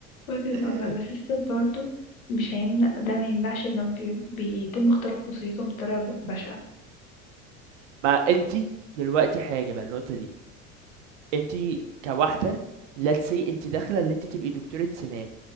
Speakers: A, on the left; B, on the right.
A: وجهة
B: <laughs>
A: نظر بس ستيل برضو مش هيمنع ده ما يمنعش انه بي... بيتم اختراق خصوصيتهم بطريقة ب- بشعة
B: ما انت دلوقتي حاجه بقى النقطه دي انت كواحده let's say انت داخله اللي انت تبقي دكتوره سنان